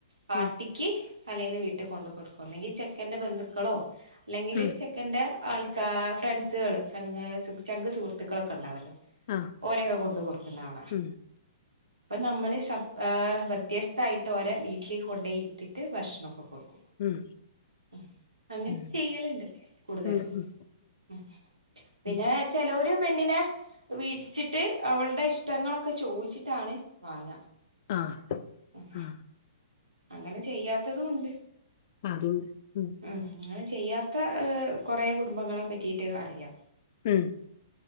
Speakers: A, on the right (about 85°); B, on the left (about 50°).
A: പാർട്ടി
B: ഉം
A: ക്കി തലേന്ന് വീട്ടി കൊണ്ടകൊടുക്കു ഒന്നുങ്കി ചെക്കൻ്റെ ബന്ധുക്കളോ അല്ലെങ്കില്
B: ഉം
A: ചെ ക്കൻ്റെ ആൾക്കാ ഫ്രണ്ട്സുകള് ചങ്ക് ചങ്ക് സുഹൃത്തുക്കളൊക്കെണ്ടാവല്ലോ
B: ആഹ്
A: ഓരൊക്കെ കൊണ്ട് കൊടുക്കുന്ന കാണാ
B: ഉം
A: ഇപ്പം നമ്മള് സപ് ആഹ് വ്യത്യസ്തായ്ട്ട് ഒരേവീട്ടിലേക്ക് കൊണ്ടോയിരുത്തീട്ട് ഭക്ഷണൊക്കെ കൊടുക്കും
B: ഉം
A: ഉം അങ്ങനെ
B: ഉം
A: ചെയ്യലുണ്ട് കൂടുതലും
B: ഉണ്ട് ഉം
A: ഉം പിന്നെ
B: ഉം
A: ചെലോര് പെണ്ണിനെ വീ ച്ചിട്ട് അവളുടെ ഇഷ്ടങ്ങളൊക്കെ ചോയിച്ചിട്ടാണ് വാങ്ങ
B: ആഹ്
A: ഉം
B: ആഹ്
A: അങ്ങനെ ചെയ്യാത്തതും ഉണ്ട്
B: അതൂണ്ട് ഉം
A: ഉം അങ്ങനെ ചെയ്യാത്ത കൊറേ കുടുംബങ്ങള പറ്റീട്ട് അറിയാ
B: ഉം